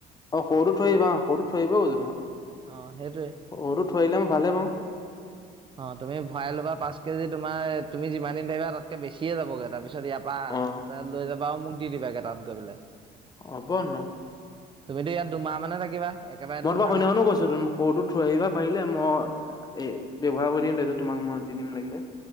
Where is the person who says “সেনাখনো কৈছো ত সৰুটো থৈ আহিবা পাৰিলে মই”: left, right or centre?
Left